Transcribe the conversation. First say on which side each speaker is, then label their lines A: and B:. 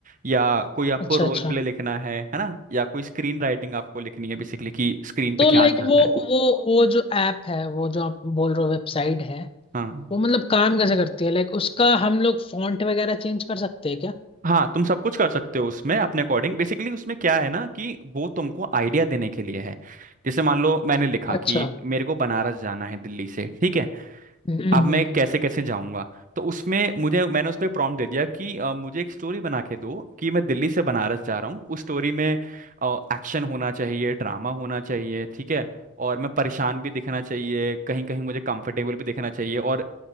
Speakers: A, on the right (about 35°); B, on the left (about 25°).
A: या कोई आपको
B: अच्छा अच्छा
A: रोल प्ले लिखना है है ना या कोई स्क्रीन राइटिंग आपको लिखनी है बेसिकली कि स्क्रीन पे
B: तो
A: क्या
B: लाइक
A: चल रहा
B: वो
A: है
B: वो वो जो ऐप है वो जो आप बोल रहे हो वेबसाइट है
A: हाँ
B: वो मतलब काम कैसे करती है लाइक उसका हम लोग फॉन्ट वगैरह चेंज कर सकते हैं क्या
A: हाँ तुम सब कुछ कर सकते हो उसमें अपने अकॉर्डिंग बेसिकली उसमें क्या है ना कि वो तुमको आइडिया देने के लिए है जैसे मान लो मैंने लिखा
B: अच्छा
A: कि मेरे को बनारस जाना है दिल्ली से ठीक है
B: हम्म हम्म
A: अब मैं कैसे कैसे जाऊंगा तो उसमें मुझे मैंने उसको प्रॉम्प्ट दे दिया कि अ, मुझे एक स्टोरी बना के दो कि मैं दिल्ली से बनारस जा रहा हूँ उस स्टोरी में एक्शन होना चाहिए ड्रामा होना चाहिए ठीक है और मैं परेशान भी दिखना चाहिए कहीं कहीं मुझे कंफर्टेबल भी दिखना चाहिए और